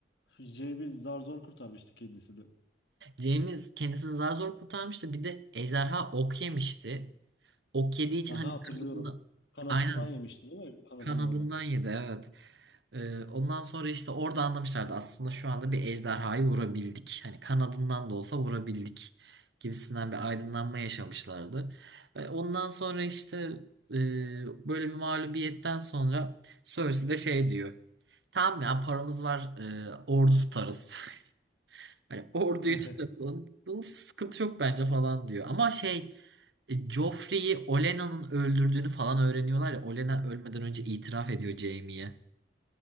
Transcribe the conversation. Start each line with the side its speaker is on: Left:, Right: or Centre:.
Left: Jaime'i zar zor kurtarmıştı kedisi de.
Right: Jaime kendisini zar zor kurtarmıştı. Bir de ejderha ok yemişti. Ok yediği için
Left: Aha
Right: hani
Left: hatırlıyorum.
Right: kanadından
Left: Kanatından
Right: aynen
Left: yemişti değil mi? Kanadının
Right: kanadından
Left: oradan.
Right: yedi evet. Ee, ondan sonra işte orada anlamışlardı aslında şu anda bir ejderhayı vurabildik. Hani kanadından da olsa vurabildik gibisinden bir aydınlanma yaşamışlardı. Ve ondan sonra işte e, böyle bir mağlubiyetten sonra Cersei de şey diyor. Tamam ya paramız var. e, ordu tutarız. <laughs> Hani orduyu
Left: <laughs>
Right: tutarız. Onun onun hiç sıkıntı yok bence falan diyor. Ama şey e, Joffrey'i Olenna'nın öldürdüğünü falan öğreniyorlar ya. Olenna ölmeden önce itiraf ediyor Jaime'ye.